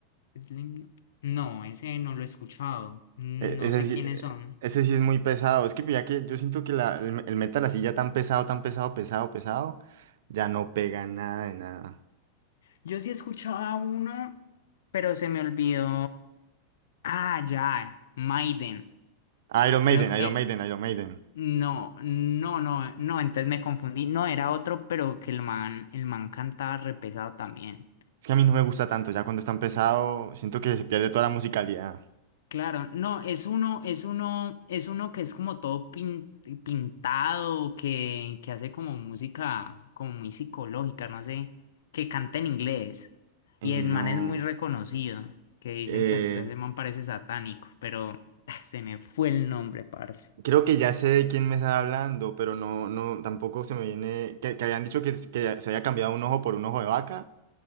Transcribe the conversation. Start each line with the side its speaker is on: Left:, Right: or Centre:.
Left: Slim- No, ese no lo he escuchado. No
Right: E- ese
Left: sé quiénes
Right: sí, e-
Left: son.
Right: ese sí es muy pesado, es que ya que yo siento que la, el, el metal así ya tan pesado, tan pesado, pesado, pesado, ya no pega nada de nada.
Left: Yo sí escuchaba uno, pero se me olvidó. Ah, ya, Maiden.
Right: Iron
Left: Creo,
Right: Maiden, Iron
Left: eh,
Right: Maiden, Iron Maiden.
Left: no, no, no, no, entonces me confundí. No, era otro, pero que el man, el man cantaba repesado también.
Right: Es que a mí no me gusta tanto, ya cuando está pesado, siento que se pierde toda la musicalidad.
Left: Claro, no, es uno, es uno, es uno que es como todo pin- pintado, que, que hace como música como muy psicológica, no sé, que canta en inglés.
Right: Y
Left: Y
Right: no.
Left: el man es muy reconocido, que dicen
Right: eh,
Left: que hasta ese man parece satánico, pero <laughs> se me fue el nombre, parce.
Right: creo que ya sé de quién me está hablando, pero no, no, tampoco se me viene. Que, que habían dicho que, que se había cambiado un ojo por un ojo de vaca.